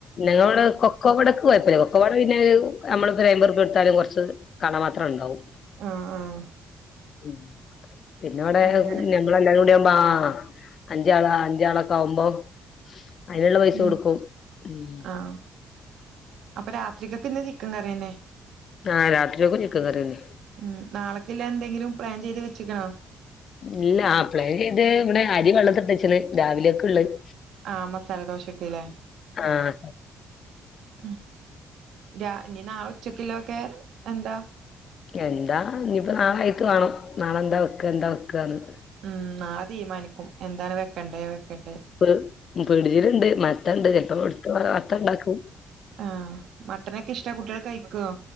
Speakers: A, on the left; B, on the right.
A: ഞങ്ങളവടെ കൊക്കോവടക്ക് കൊഴപ്പമില്ല കൊക്കവട പിന്നെ ഒരു നമ്മള് പ്പൊ ഒരയ്മ്പുർപ്യ കൊടുത്താലും കൊർച്ച് കാണാമാത്രണ്ടാവും
B: ആഹ് ആഹ്
A: ഉം പിന്നെ ഇവിടെ
B: അങ്ങനെ
A: ഞമ്മളെല്ലാരും കൂടി ആവുമ്പോ ആഹ് അഞ്ചാളാ അഞ്ചാളൊക്കെ ആകുമ്പോ അതിനുള്ള പൈസ
B: ഉം
A: കൊടുക്കും ഉം
B: ആഹ് അപ്പൊ രാത്രിക്കക്ക് ഇന്ന് ചിക്കൻ കറിയന്നെ
A: ആഹ് രാത്രിക്കും ചിക്കൻ കറിയന്നെ
B: ഉം നാളെക്ക്ല്ല എന്തെങ്കിലും പ്ലാൻ ചെയ്ത് വെച്ചക്ക്ണോ?
A: ഇല്ല ആ പ്ലാൻ ചെയ്ത് ഇവിടെ അരി വെള്ളത്തിട്ടച്ചണ് രാവിലേക്ക്‌ള്ളത്.
B: ആഹ് മസാല ദോശക്ക്ലേ?
A: ആഹ്
B: ഉം രാ ഇനി നാള ഉച്ചക്കിലോക്കെ എന്താ?
A: എന്താ ഇനിപ്പോ നാളായിട്ട് വേണം നാളെന്താ വെക്ക എന്താ വെക്കാന്ന്.
B: ഉം നാളെ തീരുമാനിക്കും എന്താണ് വെക്കണ്ടേ വെക്കണ്ടേ
A: ഫ്ര പിട്ജില്ണ്ട് മട്ടണ്ട് ചെലപ്പോ എടുത്ത് മട്ടണ്ടാക്കും
B: ആഹ് മട്ടനൊക്കെ ഇഷ്ടാ കുട്ടികൾ കഴിക്കോ?